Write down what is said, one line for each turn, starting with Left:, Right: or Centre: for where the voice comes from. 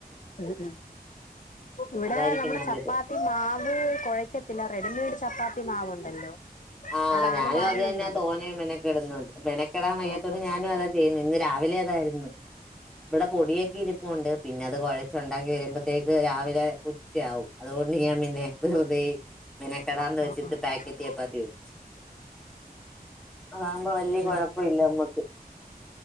Left: മ് മ് ഇവടെ
Centre: അതായിരിക്കും
Left: നമ്മള്
Centre: നല്ലത്
Left: ചപ്പാത്തി മാവ് കൊഴയ്ക്കത്തില്ല റെഡിമെയ്ഡ് ചപ്പാ ത്തി മാവുണ്ടല്ലോ
Centre: ആഹ്
Left: അതാണ്
Centre: ഞാനും
Left: വാങ്ങുന്നത്
Centre: അത് തന്നാ തോനേം മെനക്കെട്ന്നത്, മെനക്കെടാൻ വയ്യാത്തോണ്ട്
Left: ഓ ഓ
Centre: ഞാനും അതാ ചെയ്യുന്നെ. ഇന്ന് രാവിലെ അതായിരുന്നു ഇവട പൊടിയൊക്കെ ഇരിപ്പുണ്ട്, പിന്നെ അത് കൊഴച്ച് ഒണ്ടാക്കി വരുമ്പത്തേക്ക് രാവിലെ ഉച്ചയാവും അതുകൊണ്ട് ഞാൻ പിന്നെ വെറുതെ മെനക്കെടാന്ന് വെച്ചിട്ട്
Left: ഓ ഓ
Centre: പാക്കറ്റ്
Left: ഉം
Centre: ചപ്പത്തി വേ അതാവുമ്പോ വല്യ
Left: ഉം
Centre: കൊഴപ്പില്ല
Left: ഉം
Centre: നമ്മക്ക്.